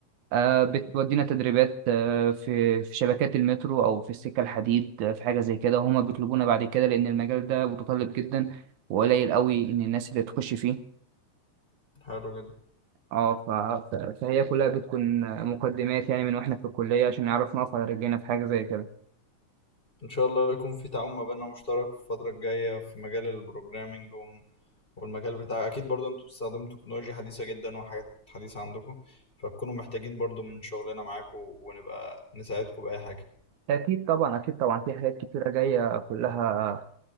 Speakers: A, on the right; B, on the left.
A: آه، بتودينا تدريبات آه، في في شبكات المترو او في السكه الحديد آه، في حاجه زي كده هما بيطلبونا بعد كده لان المجال ده متطلب جدا وقليل قوي ان الناس اللي تخش فيه
B: حلو جدا
A: اه ف- ف- فهي كلها بتكون مقدمات يعني من واحنا في الكليه عشان نعرف نقف على رجلينا في حاجه زي كده
B: ان شاء الله يكون في تعاون ما بيننا مشترك في الفترة الجاية في مجال البروجرامينج وم- والمجال بتاع اكيد برضه انتوا بتستخدموا تكنولوجيا حديثة جدا وحاجات حديثة عندكم فتكونوا محتاجين برضه من شغلنا معاكم ونبقى نساعدكم بأي حاجة
A: اكيد طبعا اكيد طبعا في حاجات كتيره جايه كلها